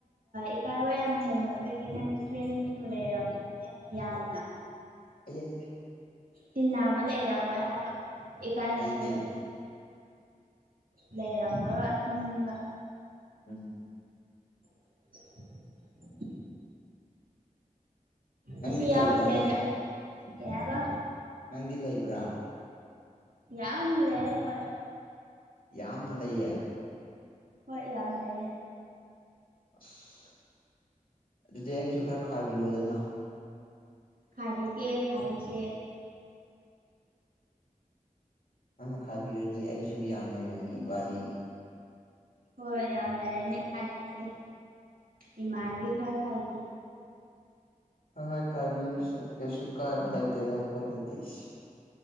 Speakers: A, on the right; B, on the left.
A: ꯏꯀꯥꯏꯕ ꯌꯥꯝ ꯍꯩꯃꯟꯕꯒꯤ ꯅꯪ ꯀꯦꯝꯁꯨ ꯂꯩꯔꯝꯃꯣꯏꯅꯦ ꯌꯥꯅ
B: ꯑ
A: ꯇꯤꯟꯅꯕ ꯂꯩꯔꯝꯃꯣꯏ ꯍꯥꯏꯕ ꯏꯀꯥꯏ
B: ꯂꯩꯇꯦ
A: ꯉꯟꯕꯒꯤ ꯝ ꯂꯩꯔꯃ ꯈꯪꯅ
B: ꯎꯝ
A: <unintelligible>
B: ꯅꯪꯗꯤ
A: ꯑꯁꯤꯁꯤ ꯌꯥꯎꯁꯦꯅ
B: ꯂꯩꯕ꯭ꯔꯥꯅꯦ
A: ꯀꯕ
B: ꯅꯪꯗꯤ ꯂꯩꯕ꯭ꯔꯥ
A: ꯌꯥꯝ ꯂꯩ ꯋꯥ
B: ꯌꯥꯝꯅ ꯂꯩ
A: ꯍꯣꯏ ꯌꯥꯝ ꯂꯩꯌꯦ
B: ꯑꯁ ꯑꯗꯨꯗꯤ ꯑꯩꯁꯨ ꯈꯔ ꯈꯥꯏꯕꯤꯔꯣꯗꯅ
A: ꯈꯥꯕꯤ ꯀꯦ ꯈꯥꯕꯤ ꯀꯦ
B: ꯅꯪꯅ ꯈꯥꯏꯕꯤꯔꯗꯤ ꯑꯩꯁꯨ ꯌꯥꯝ ꯂꯩꯔꯅꯤ ꯏꯕꯥꯅꯤ
A: ꯍꯣꯏ ꯌꯥꯝ ꯂꯔꯤꯅꯤ ꯈꯥꯗ ꯏꯃꯥꯟꯕꯤ ꯈꯔ ꯈꯥꯏꯗ
B: ꯍ ꯍꯣꯏ ꯈꯕꯤ ꯀꯩꯁꯨꯀꯥꯏꯕꯥꯏ ꯇꯗ ꯈ꯭ꯋꯥꯏꯗꯁ